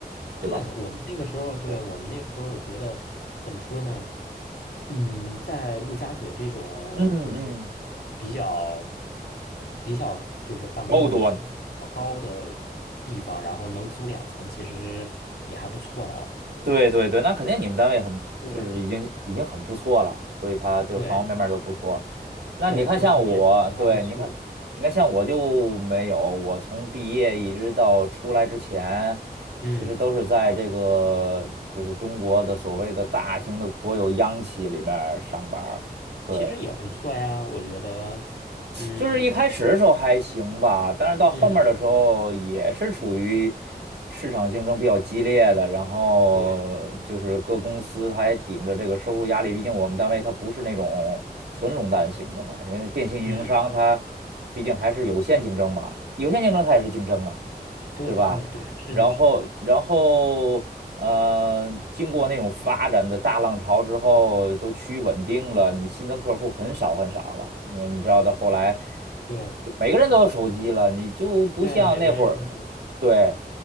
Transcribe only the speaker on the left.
对，我们那个时候，对，
我们那个时候，我觉得怎么说呢？嗯，在陆家嘴这种就是
比较比较就是办公楼租金比较高的地方，
然后能租两层，其实也还不错的哦。
对
对
对，各方面其实还不错。
嗯。
其实也不错呀，我觉得，嗯
嗯，
对，
嗯，
对对对，
是的，
是的，
对
对啊，每个人是。